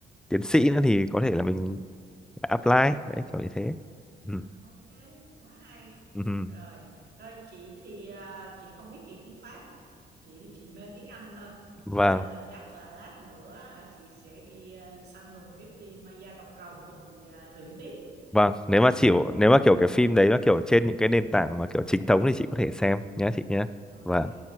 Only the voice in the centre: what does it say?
tiến sĩ nữa thì có thể là mình apply đấy kiểu như thế
ừ.
Ừ. ừ.
vâng
vâng nếu mà chịu nếu mà kiểu cái phim đấy nó kiểu trên những cái nền tảng mà kiểu chính thống thì chị có thể xem nhé chị nhé
Vâng.